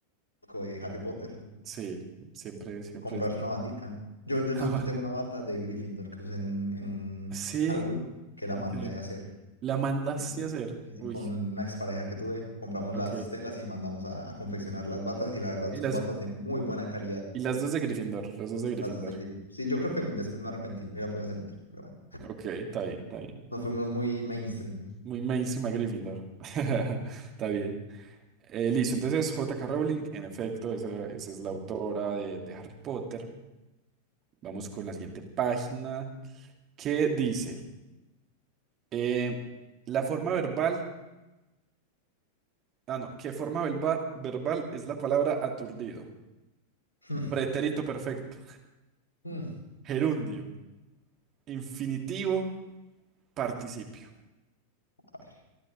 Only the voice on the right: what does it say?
Sí, siempre, siempre.
es-
<laughs>
Ajá,
sí,
increíble.
La mandaste
a hacer.
Uy,
ok.
Y
las,
y las dos de Gryffindor, los dos de Gryffindor.
Ok,
ok, está bien, está bien.
Muy mainstream a Gryffindor. <laughs> Está bien. Eh, listo, entonces J K Rowling, en efecto, esa, esa es la
autora de, de Harry Potter. Vamos con la siguiente página qué dice, eh, la forma verbal, ah no, ¿qué forma verbal, verbal es la palabra aturdido?
Pretérito perfecto,
gerundio, infinitivo, participio.